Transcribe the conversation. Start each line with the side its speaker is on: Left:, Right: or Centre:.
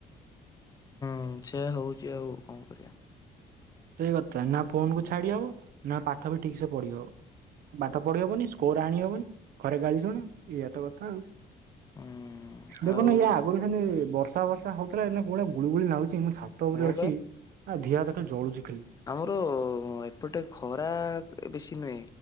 Left: ଉଁ ସେଇଆ ହଉଛି ଆଉ କଣ କରିବି।
Right: ଗୋଟେ କଥା ନା ଫୋନକୁ ଛାଡି ହବ ନା ପାଠ ବି ଠିକସେ ପଢି ହବ। ପାଠ ପଢିହବନି ସ୍କୋର ଆଣି ହବନି ଘରେ ଗାଳି ଶୁଣୁ ଏଇଆ ତ କଥା ଆଉ।
Left: ହୁଁ
Right: ଦେଖୁନୁ
Left: ଆଉ
Right: ଇଏ ଆଗରୁ ସେମିତି ବର୍ଷା ବର୍ଷା ହଉଥିଲା ଏଇନା କୋଉଭଳିଆ ଗୁଳିଗୁଳି ନାଗୁଛି ମୁଁ ଛା ତ ଉପରେ
Left: ହଁ
Right: ଅଛି ଆ ଧିଅ ହାତ ଖାଲି ଜଳୁଛି ଖାଲି।
Left: ଆମର-ଅ-ଅ-ଅ ଏପଟେ ଖରା ବେଶୀ ନୁହେଁ।